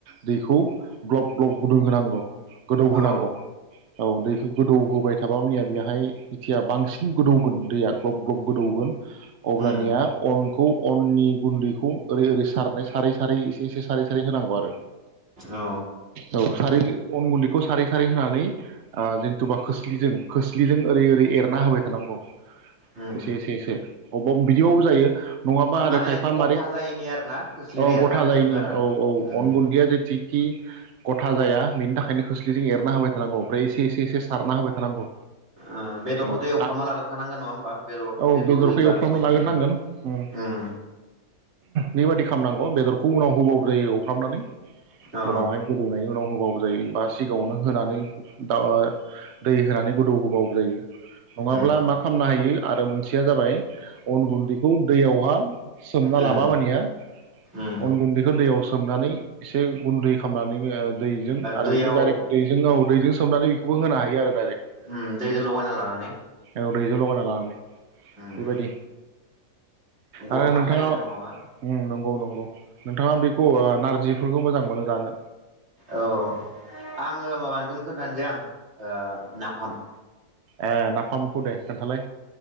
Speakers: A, on the right; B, on the right.
A: दैखौ ग्लब ग्लब गुदुं होनांगौ गोदौ
B: औ
A: होनांगौ औ दैखौ गोदौ होबाय थाबायनिया बेहाय जेथिया बांसिन गोदौगोन दैया ग्लब ग्लब गोदौगोन अब्लानिया
B: उम
A: अनखौ अननि गुन्दैखौ ओरै ओरै सारनाय सारै सारै एसे एसे सारै सारै होनांगौ आरो
B: औ
A: औ सारै अन गुन्दैखौ सारै खारै होनानै जेनथुबा खोस्लिजों खोस्लिजों ओरै ओरै एरना होबाय थानांगौ।
B: उम
A: एसे एसे एसे। अबब बिदिबाबो जायो। नङाबा आरो
B: माने
A: खायफा
B: गथा
A: मारै
B: जायैनि आरोना खोस्लिदो
A: अ
B: एरना
A: गथा
B: होबाय
A: जायैनि
B: थानांगो आरो।
A: औ औ
B: उम
A: अन गुन्दिया जेथि खि गथा जाया बेनि थाखायनो खोस्लिजों एरना होबाय थानांगौ ओमफ्राय एसे एसे एसे सारना होबाय थानांगौ।
B: ओ बेदरखौथ'
A: औ
B: एवफ्र्रामा लाग्रखानांगोन नङा होमबा बेदर
A: औ
B: बेदर
A: बेदरखौ
B: होयोबा
A: एवफ्रामना
B: जुदि
A: लाग्रोनांगोन
B: ङ।
A: उम बेबादि खालामनांगौ बेदरखौ उनाव होबाव नांगौ जायो एवफ्रामनानै
B: औ
A: उनावहाय गोदौनायनि उनाव होबाबो जायो बा सिगाङावनो होनानै दा दै होनानै गोदौहोबाबो जायो नङाब्ला
B: उम
A: मा खालामनो हायो आरो मोनसेया जाबाय गुन्दैखौ दैयावहा सोमना
B: उम
A: लाबा मानिया
B: उम
A: अन गुन्दै खो दैयाव सोमनानै एसे गुन्दै खालामनानै ओ दैजों आरो
B: दैयाव
A: बेखौ डाइरेक्ट दैजों <unintelligible> दैजों सोमनानै बेखौबो होनो हायो आरो डाइरेक्ट।
B: होम दै लगायना लानानै
A: औ दैजों लगायना लानानै
B: उम
A: बेबायदि।
B: गथा
A: आरो नोंथाङा
B: खायोना नङाबा
A: उम नंगौ नंगौ। <unintelligible> नोंथाङा बेखौ ओ नारजिफोरखौ मोजां मोनो जानो?
B: औ आङो माबानायखौनो खोन्थानोसै आं ओ नाफाम।
A: ओ नाफामखौ दे। खोन्थालाय